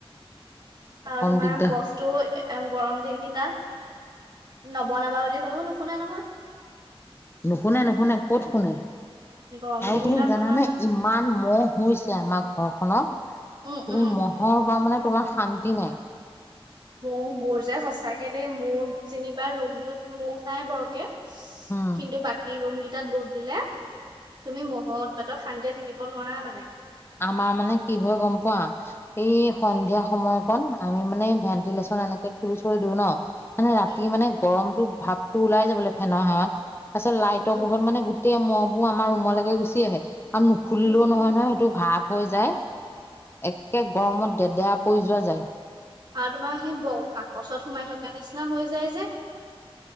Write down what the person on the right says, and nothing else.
আৰু তোমাৰ
বস্তু এ গৰম দিন কেইটাত নবনাবা বুলি ক'লেও নুশুনা নহয়!
গৰম
দিনকেইটাত
তোমাৰ
উম উম
মহ মোৰ যে সচাকে দেই মোৰ যেনিবা ৰুমটোত মহ নাই বৰকে।
কিন্তু বাকী ৰুম কি। টাত বহিলে তুমি মহৰ উৎপাতত শান্তিয়ে থাকিব নোৱাৰা মানে।
উম
উম
উম
উম
আৰু তোমাৰ সেই ব বাকচত সোমাই থকা নিচিনা হৈ যায় যে।